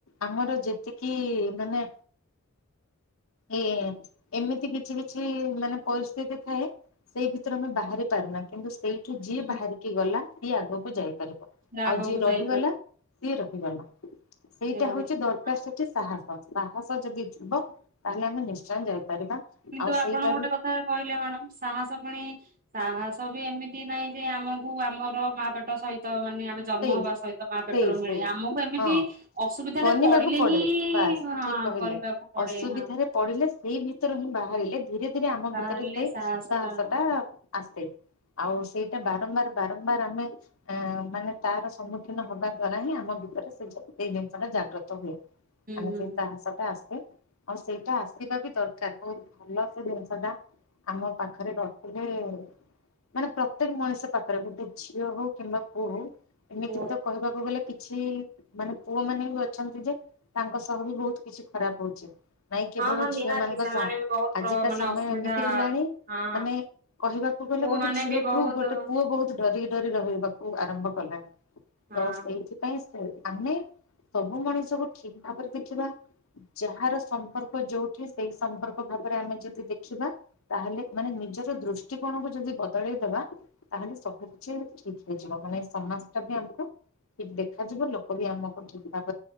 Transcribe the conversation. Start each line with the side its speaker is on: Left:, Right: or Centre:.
Left: ଆମର ଯେତିକି ମାନେ ଏ ଏମିତି କିଛି କିଛି ମାନେ ପରିସ୍ଥିତି ଥାଏ ସେଇ ଭିତରେ ଆମେ ବାହାରି ପାରୁନା କିନ୍ତୁ ସେଇଠୁ ଯିଏ
Right: ହୁଁ
Left: ବାହାରିକି ଗଲା ସିଏ ଆଗକୁ ଯାଇପାରିବ
Right: ସେ ଆଗକୁ
Left: ଆଉ ଯିଏ ରହିଗଲା
Right: ଯାଇପାରିବ
Left: ସିଏ ରହିଗଲା ସେଇଟା
Right: ସେ ରହିଗଲା।
Left: ହଉଛି ଦରକାର ସେଠି ସାହସ ସାହସ ଯଦି ଯିବ ତାହେଲେ ଆମେ ନିଶ୍ଚୟ ଯାଇପାରିବା।
Right: କିନ୍ତୁ
Left: ଆଉ
Right: ଆପଣ
Left: ସେଇଟା
Right: ଗୋଟେ
Left: ବି
Right: କଥା କହିଲେ ମ୍ୟାଡ଼ାମ ସାହସ ପୁଣି ସାହସ ବି ଏମିତି ନହିଁ ଯେ ଆମକୁ ଆମର ମା ପେଟ ସହିତ ମାନେ ଆମେ ଜନ୍ମ
Left: ସେଇ
Right: ହବା ସହିତ ମା ପେଟରୁ
Left: ସେଇ
Right: ମିଳେ
Left: ସେଇ
Right: ଆମକୁ ଏମିତି
Left: ହଁ
Right: ଅସୁବିଧାରେ
Left: ବନିବାକୁ
Right: ପଡିଲେ
Left: ପଡେ
Right: ହିଁ
Left: ବାସ୍
Right: ହଁ
Left: ଠିକ କହିଲେ
Right: କରିବାକୁ ପଡେ
Left: ଅସୁବିଧାରେ
Right: ହଁ।
Left: ପଡିଲେ ସେଇ ଭିତରୁ ହିଁ ବା ବାହାରିଲେ ଧୀରେ ଧୀରେ ଆମ
Right: ବାହାରିଲେ
Left: ଭିତରେ ସେଇ
Right: ସାହସଟା
Left: ତାାସ
Right: ହୁଁ
Left: ଟା ଆସେ। ଆଉ ସେଇଟା ବାରମ୍ବାର ବାରମ୍ବାର ଆମେ ଅ ମାନେ ତାର ସମ୍ମୁଖୀନ ହବା ଦ୍ଵାରା ହିଁ ଆମ ଭିତରେ ସେ ସେଇ ଜିନିଷ ଟା ଜାଗ୍ରତ ହୁଏ। ଆ
Right: ହୁଁ
Left: ସେ ଶାହାସ ଟା ଆଶେ। ଆଉ ସେଇଟା ଆସିବା ବି ଦରକାର ବହୁତ ଭଲ ସେ ଜିନିଷ ଟା ଆମ ପାଖରେ ରଖଥିଲେ ମାନେ ପ୍ରତ୍ୟେକ ମଣିଷ ପାଖରେ ଗୋଟେ ଝିଅ ହଉ କିମ୍ବା ପୁଅ ହଉ ଏମିତି
Right: ଓ
Left: ବି ତ କହିବାକୁ ଗଲେ କିଛି ମାନେ ପୁଅ ମାନେ ବି ଅଛନ୍ତି ଯେ ତାଙ୍କ ସହ ବି ବହୁତ କିଛି ଖରାପ ହଉଛି ନାଇଁ କେବଳ
Right: ହଁ ହଁ
Left: ଝିଅ
Right: ନିହାତି
Left: ମାନଙ୍କ
Right: ସେମାନେ
Left: ସହ
Right: ବି ବହୁତ
Left: ଆଜିକା
Right: ପ୍ର ମାନେ
Left: ସମୟ
Right: ଅସୁବିଧା
Left: ଏମିତି ହେଲାଣି
Right: ହଁ
Left: ମାନେ କହିବାକୁ ଗଲେ
Right: ପୁଅମାନେ
Left: ଗୋଟେ ଝିଅଠୁ
Right: ବି ବହୁତ
Left: ଗୋଟେ ପୁଅ ବହୁତଡରିକି ରହିବାକୁ ଆରମ୍ଭ କଲାଣି
Right: ହଁ।
Left: ତ ସେଇଥିପାଇଁ ସେ ଆମେ ସବୁ ମଣିଷକୁ ଠିକ ଭାବରେ ଦେଖିବା ଯାହାର ସମ୍ପର୍କ ଯୋଉଠି ସେଇ ସମ୍ପର୍କ ଆମେ ଯଦି ଦେଖିବା ତାହେଲେ ମାନେ ନିଜର ଦୃଷ୍ଟିକୋଣକୁ ଯଦି ବଦଳେଇଦବା ତାେଲେ ସବୁ କିଛି ଠିକ ହେଇଯିବ ମାନେ ସମ ଜଦୀ ଆମକୁ ଠିକ ଦେଖାଯିବ ଲୋକ ବି ଆମକୁ ଠିକ ଭାବ